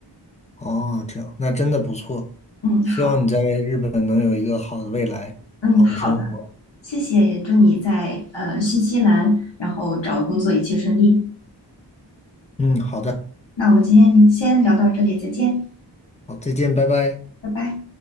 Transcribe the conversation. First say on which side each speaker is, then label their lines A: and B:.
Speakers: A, on the left (about 15°); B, on the left (about 80°).
A: 哦，这样，那真的不错。
B: 嗯，
A: 希望你在日本能有一个好的未来，
B: 好，嗯，
A: 好的生活。
B: 好的，谢谢，也祝你在呃新西兰，然后找工作一切顺利。
A: 嗯，好的，
B: 那我们今天先聊到这里，再见，
A: 好，再见，拜拜。
B: 拜拜。